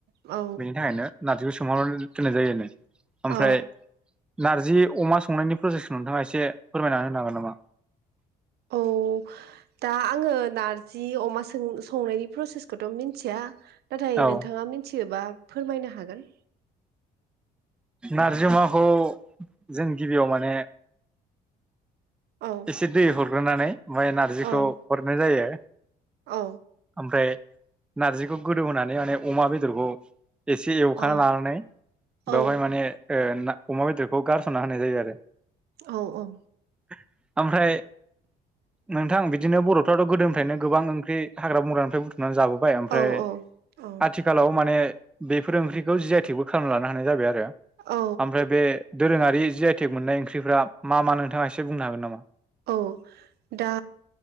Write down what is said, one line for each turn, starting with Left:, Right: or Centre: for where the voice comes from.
Right: औ
Centre: बिनि थाखायनो नार्जिखौ सोंहाबनानै दोननाय जायो ओमफ्राय
Right: औ
Centre: नारजि अमा संनायनि प्रजेक्टखौ नोंथाङा एसे फोरमायनानै होनो हागोन नामा?
Right: औ दा आङो नारजि अमा संनायनि प्रसेसखौथ' मिथिया नाथाय
Centre: औ
Right: नोंथाङा मिथियोबा फोरमायनो हागोन।
Centre: नारजि अमाखौ जों गिबियाव माने
Right: औ
Centre: एसे दै हरग्रोनानै ओमफ्राय नारजिखौ
Right: औ
Centre: हरनाय जायो।
Right: औ
Centre: ओमफ्राय नारजिखौ गोदौ होनानै माने अमा बेदरखौ एसे एवखाना
Right: औ
Centre: लानानै
Right: औ
Centre: बेवहाय माने न अमा बेदरखौ गारस'ना होनाय जायो आरो
Right: औ औ
Centre: <inaudible> ओमफ्राय नोंथां बिदिनो बर'फ्राथ' गोदोनिफ्रायनो गोबां ओंख्रि हाग्रा बंग्रानिफ्राय बुथुमनानै जाबोबाय ओमफ्राय
Right: औ औ
Centre: आथिखालाव माने बेफोर ओंख्रिखौ जि आइ थेकबो खालामना लानो हानाय जाबाय आरो।
Right: औ
Centre: ओमफ्राय बे दोरोङारि जि आइ टेक मोननाय ओंख्रिफ्रा मा मा नोंथाङा एसे बुंनो हागोन नामा?
Right: औ दा